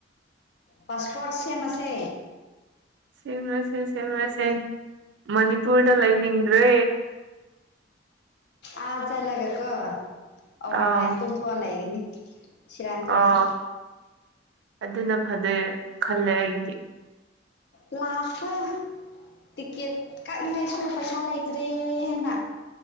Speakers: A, on the left; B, on the right.
A: ꯄꯥꯁꯄꯣꯔꯠ ꯁꯦꯝꯃꯁꯦ
B: ꯁꯦꯝꯔꯁꯦ ꯁꯦꯝꯔꯁꯦ ꯃꯅꯤꯄꯨꯔꯗ ꯂꯩꯅꯤꯡꯗ꯭ꯔꯦ
A: ꯑꯥ ꯆꯠꯂꯒ ꯀꯣ ꯑꯣꯚꯔ
B: ꯑꯥ
A: ꯇꯥꯏꯝ ꯇꯨꯝꯊꯣꯛꯂ ꯂꯩꯒꯅꯤ ꯁꯤꯔꯥꯟ ꯇꯨꯔꯥꯟ
B: ꯑꯥ ꯑꯗꯨꯅ ꯐꯗꯣꯏ ꯈꯜꯂꯦ ꯑꯩꯒꯤꯗꯤ
A: ꯂꯥꯁꯇ ꯇꯤꯀꯦꯠ ꯀꯛꯅꯤꯡꯉꯥꯏꯁꯨ ꯄꯩꯁꯥ ꯂꯩꯇ꯭ꯔꯦꯅ